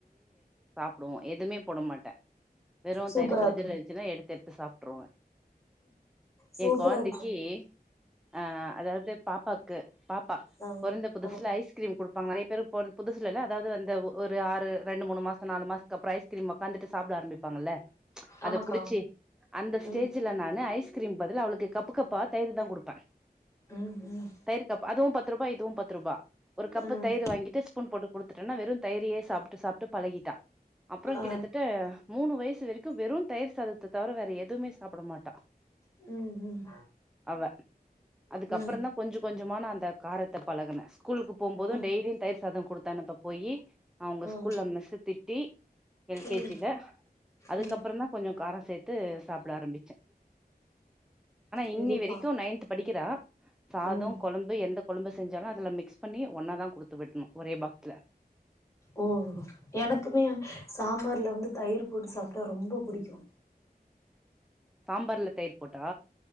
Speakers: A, in the centre; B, on the left (about 20°).
A: டும் எதுவுமே போட மாட்டேன் வெறும்
B: சூப்பரா
A: தயிர் பிர்ஜல
B: இருக்கு
A: இருந்துச்சுன எடுத்து-எடுத்து சாப்ட்டுருவன்
B: சூப்பரா
A: என் குழந்தைக்கு
B: இருக்கு
A: கி ஹா அதாவது பாப்பாக்கு பாப் பா
B: ஆ
A: பொறந்த புதுசல
B: ஆ
A: ஐஸ்கிரீம் குடுப்பாங்க நறைய பேரு புதுசல இல்ல அதாவது வந்த ஒரு ஆறு ரெண்டு மூணு மாசம் நாலு மாசத்துக்கு அப்புறம் ஐஸ்கிரீம் உக்காந்துட்டு சாப்பிட ஆரம்பிப்பாங்கல்ல அத
B: ஆமாக்கா
A: புடிச்சி அந்த ஸ்டேஜ்ல
B: ம்
A: நானு ஐஸ் கிரீம்க்கு பதில் அவுளுக்கு கப்பு கப் ப்பா தயிர் தான் குடுப்பேன்
B: ம் ம்
A: தயிர்கப்பு அதுவும் ப பத்து ரூபாய் இதுவும் பத்து ரூபா ஒரு கப்பு
B: ம்
A: தயிர் வாங்கிட்டு ஸ்பூன் போட்டு குடுத்துட்டேன்னா வெறும் தயிரே சாப்ட்டு சாப்ட்டு பழகிட்டா அப்புறம்
B: ஆ
A: கிட்டத்தட்ட மூணு வயசு வரைக்கும் வெறும் தயிர் சாதத தவர வேற எதுமே சாப்டமாட்டா
B: ம் ம்
A: அவ அதுக்கப்புறம்
B: ம்
A: தான் கொஞ்ச கொஞ்ச கொஞ்சமா ந அந்த காரத்தை பழகனேன் கூலுக்கு போம்போதும்
B: ஆ
A: டெய்லியும் தயிர் சாதம் குடுத் தனப்ப போயி அவுங்க
B: ஆ
A: ஸ்கூல் மிஸ்ஸு திட்டி எல்கேஜில
B: ம்
A: அதுக்கப்புறம்
B: ம்
A: தான் கொஞ்சம் காரம் சேர்த்து சாப்பிட ஆரம்பிச்சேன் இன்னி
B: இங்கப்பா
A: வரிக்கும் நையன்த் படிக்கிற சாதம்
B: ம்
A: கொலம்பு எந்த கொலம்பு செஞ்சாலும் அல மிக்ஸ் பண்ணி ஒன்னா தான் குடுத்து விடணும் ஒரே பாக்ஸ்ல
B: ஓ எனக்குமே சாம்பார்ல வந்து தயிர் போட்டு சாப்ட்டா ரொம்ப புடிக்கும்
A: சாம்பார்ல தயிர் போட்டா